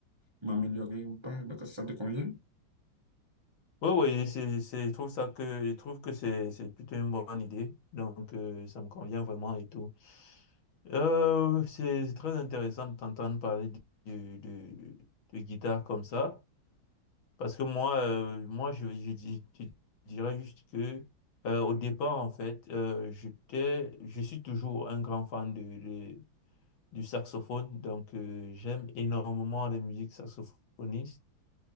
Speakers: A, on the right; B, on the left.
A: m'améliorer ou pas. Donc, ça te convient?
B: Oui, oui, c'est, c'est, je trouve ça que, je trouve que c'est, c'est plutôt une bonne idée. Donc, euh, ça me convient vraiment et tout. Euh, c'est c'est très intéressant de t'entendre parler de, de, de guitare comme ça, parce que moi, euh, moi je, je, di- je dirais juste que euh, au départ, en fait, euh, j'étais, je suis toujours un grand fan de, de- du saxophone, donc euh, j'aime énormément les musiques saxophonistes.